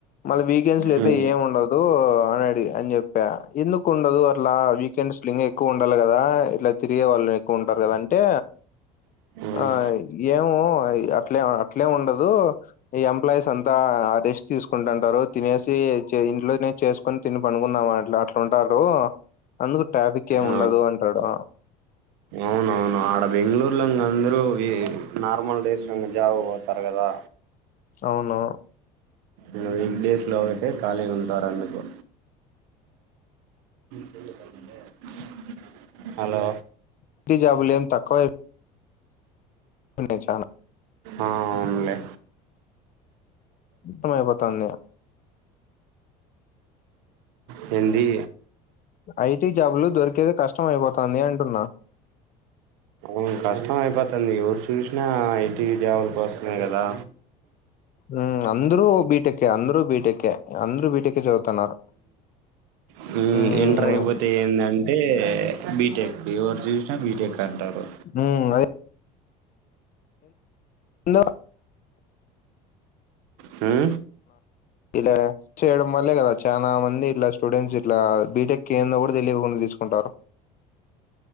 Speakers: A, on the left; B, on the right.
A: మళ్ళీ వీకెండ్స్ లో
B: మ్మ్
A: అయితే ఏమి ఉండదు అని అడి అని చెప్పా ఎందుకు ఉండదు అట్లా వీ కెండ్స్ ఇంకా ఎక్కువ ఉండాలి కదా ఇట్లా తిరిగే వాళ్ళు ఎక్కువ ఉంటారు కదా అంటే
B: మ్మ్
A: ఆ ఏమో అట్లే అట్లే ఉండదు ఈ ఎంప్లాయీస్ అంతా రెస్ట్ తీసుకుంటుంటారు తినేసి ఇంట్లోనే చేసుకు కొని తిని పండుకుందాం అట్లా అట్లాంటారు అందుకు ట్రాఫిక్ ఏమి
B: ఆ
A: ఉండదు అంటాడు
B: అవునవును ఆడ బెంగళూరులో ఇంగ అందరూ ఈ నార్మల్ డేస్ లోనే జాబ్ పోతారు కదా
A: అవును
B: ఇలా వీక్డేస్ లో ఒకటే ఖాళీ ఉంటారు అందుకు చేళసగింద <inaudible> హలో
A: ఐటీ జాబులేం తకువై ఉన్నాయ్ చాన
B: ఆవున్ లే
A: కష్టం అయిపోతుంది
B: అ ఏందీ
A: ఐటీ జాబులు దొరికేది కష్టం అయిపోతాంది అంటున్నా
B: ఊ కష్టం అయిపోతుంది ఎవరు చూసినా ఇంటి దేవుల కోస్ మే కదా
A: హూ అంద్ రూ బీటెకే అంద్ రూ బీటెకే అంద్రూ బీటె కే చదువుతున్నారు
B: హూ
A: ఉమ్,
B: ఇంటరైపోతే ఏందన్ టే బీటెక్ ఎవరు చూసినా బీటెక్ అంటారు
A: హూ అదే హలో
B: హూ
A: ఇలా చేయడం వల్లే కదా చానా మంది ఇట్లా స్టూడెంట్స్ ఇట్లా బీటెక్ ఏందో కూడా తెలియకుండా తీసుకుంటారు